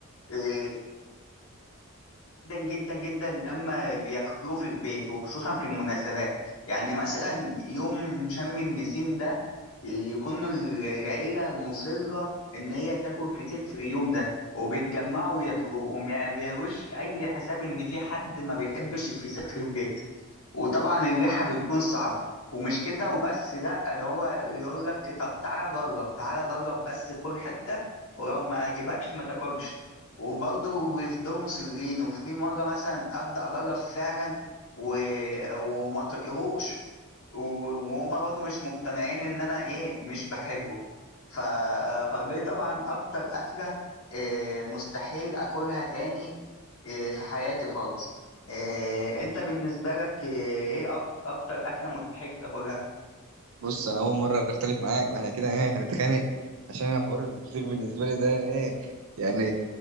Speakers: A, on the left; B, on the right.
A: آه، جدا جدا جدا لما بياكلوه في البيت وخصوصا في المناسبات يعني مثلا يوم شم النسيم ده يكون العيلة مصرة إن هي تاكل فسيخ في اليوم ده وبيتجمعوا وياكلوه وما بيعملوش أي حساب إن في حد ما بيحبش الفسيخ في البيت وطبعا الريحه بتكون صعبه ومش كده وبس لا ده هو يقول لك طب تعالى جرب تعالى جرب بس كل حته ولو ما عجبكش ما تاكلش وبرضه يفضلوا مصرين وفي مره مثلا ابدا اجرب فعلا و... وما طقيهوش و- وهما برضه مش مقتنعين ان انا ايه مش بحبه ف... فدي طبعا اكتر اكله إيه مستحيل اكلها تاني إيه، في حياتي خالص إيه، انت بالنسبه لك آه، ايه أك- اكتر اكله مستحيل تاكلها
B: بص أنا أول مرة أختلف معاك وإحنا كده إيه هنتخانق عشان أنا حوار الفسيخ بالنسبة لي ده إيه يعني